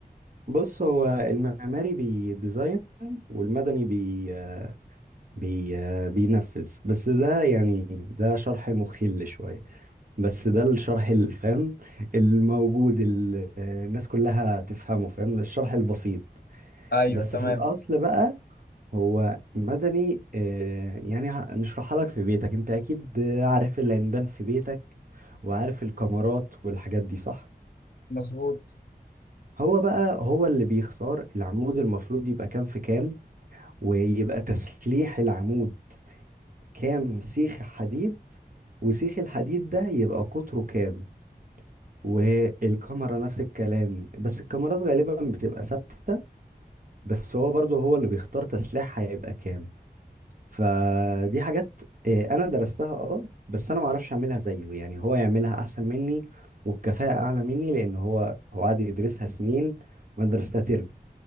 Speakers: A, on the right; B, on the left.
A: بص هو المعماري بيديزاين والمدني بي بي بينفذ بس ده يعني ده شرح مخل شوية بس ده الشرح الفهم الموجود ال- الناس كلها تفهمه فاهم الشرح البسيط
B: ايوه
A: بس
B: تمام
A: في الأصل بقى هو مدني آه، يعني ه- نشرحها لك في بيتك انت اكيد عارف العمدان في بيتك وعارف الكمرات والحاجات دي صح
B: مظبوط
A: هو بقى هو اللي بيختار العمود المفروض يبقى كام في كام ويبقى تسليح العمود كام سيخ حديد وسيخ الحديد ده يبقى قطره كام والكاميرا نفس الكلام بس الكاميرات غالبا بتبقى ثابتة بس هو برضو هو اللي بيختار تسليحها هيبقى كام فدي حاجات آه، انا درستها اه بس انا معرفش اعملها زيه يعني هو يعملها احسن مني وبكفاءة اعلى مني لان هو هو قعد يدرسها سنين وانا درستها ترم